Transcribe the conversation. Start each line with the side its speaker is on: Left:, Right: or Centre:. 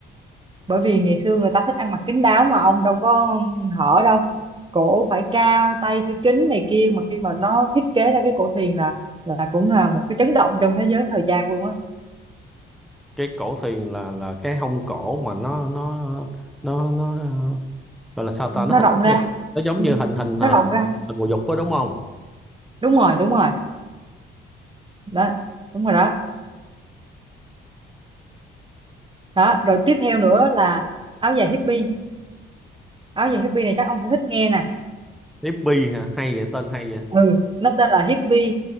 Right: bởi vì ngày xưa người ta thích ăn mặc kín đáo mà ông đâu có hở đâu cổ phải cao tay phải kín này kia mà khi mà nó thiết kế ra cái cổ thuyền là là cũng là một cái chấn động trong thế giới thời trang luôn á
Centre: cái cổ thuyền là là cái hông cổ mà nó nó nó nó gọi là sao
Right: Ừ.
Centre: ta nó
Right: nó
Centre: hình
Right: rộng ra
Centre: nó giống như hình hình
Right: nó
Centre: à,
Right: rộng ra
Centre: hình bồ dục đó đúng không
Right: đúng rồi đúng rồi đó đúng rồi đó đó rồi tiếp theo nữa là áo dài hippie áo dài hippie này chắc ông sẽ thích nghe nè
Centre: tiếp bi hả hay vậy tên hay vậy
Right: ừ nó tên là hippie